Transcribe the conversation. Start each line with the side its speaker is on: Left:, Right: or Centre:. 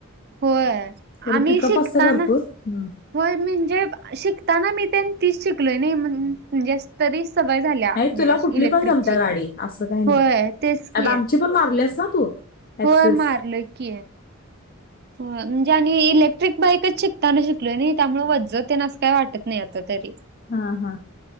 Right: होय.
Left: तरी
Right: आम्ही
Left: पिकअप
Right: शिकताना
Left: असत भरपूर ह
Right: होय म्हणजे शिकताना मी त्यां तीच शिकलोय नाही म्हजे तरी सवय झाल्या
Left: आणि
Right: म्हज
Left: तुला कुठली
Right: इलेक्ट्रिकची
Left: पण जमत्या गाडी असं काही नाही
Right: होय तेच की
Left: आता आमची
Right: आहे
Left: पण मारलेस ना तू ऍक्सेस
Right: होय मारलं की आहे हो म्हणजे आणि इलेक्ट्रिक बाईकच शिकताना शिकलोय नाही त्यामुळे वजजते ना असं काही वाटत नाही आता तरी
Left: हा हा